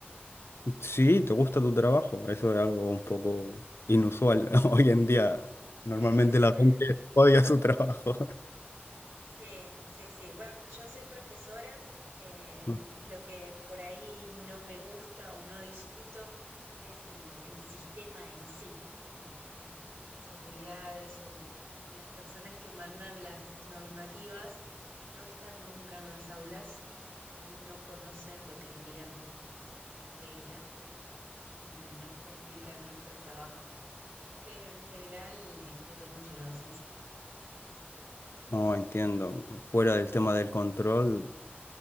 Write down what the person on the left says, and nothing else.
Sí, ¿te gusta tu trabajo? Eso es algo un poco inusual <laughs> hoy en día. Normalmente
la gente odia su trabajo.
<laughs>
No entiendo. Fuera del tema del control,